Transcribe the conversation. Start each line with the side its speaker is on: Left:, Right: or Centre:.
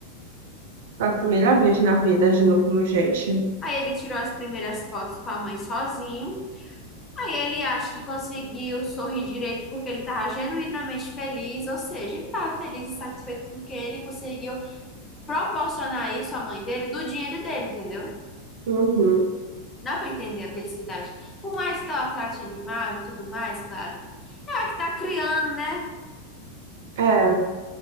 Right: Foi a primeira vez na vida agindo como gente.
Left: Aí ele tirou as primeiras fotos com a mãe sozinho. Aí ele acha que conseguiu sorrir direito porque ele estava genuinamente feliz, ou seja, ele estava feliz e satisfeito porque ele conseguiu proporcionar isso à mãe dele do dinheiro dele, entendeu?
Right: Uhum.
Left: Dá para entender a felicidade. Por mais que ela trate ele mal e tudo mais, claro. É que tá criando, né?
Right: É,